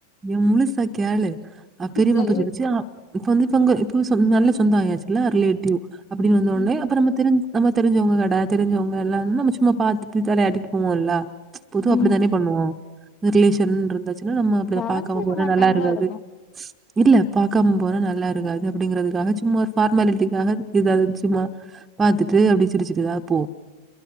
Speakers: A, on the right; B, on the left.
A: நீ முலுசா கேளு பெரியமாப்பிள்ளை
B: சொல்லு
A: சொல்லுச்சா இப்ப வந்து இப்பங்க இப்ப நல்ல சொந்தம் ஆயாச்சு இல்ல ரிலேட்டிவ் அப்டின்னு வந்தோனே
B: ம்
A: அப்பறம் நம்ம தெரிஞ் நம்ம தெரிஞ்சவங்க கடை தெரிஞ்சவங்க எல்லாம் நம்ம சும்மா பார்த்துட்டு தலையாட்டிட்டு போவோம் இல்ல பொதுவா அப்டித்தானே
B: ம்
A: பண்ணுவோம் ரிலேஷன் இருந்தாச்சுன்னா நம்ம அப்டி
B: கவனிச்சிருக்க
A: பாக்காம போற
B: மாட்டாங்களா
A: நல்லா இருக்காது
B: இருக்கு
A: <inaudible> இல்ல பார்க்காம போனா நல்லா இருக்காது அப்டிங்கறதுக்காக சும்மா ஒரு ஃபார்மாலிட்டிக்காக ஏதாவது சும்மா பார்த்துட்டு அப்டியே சிரிச்சிட்டுதான் போவோ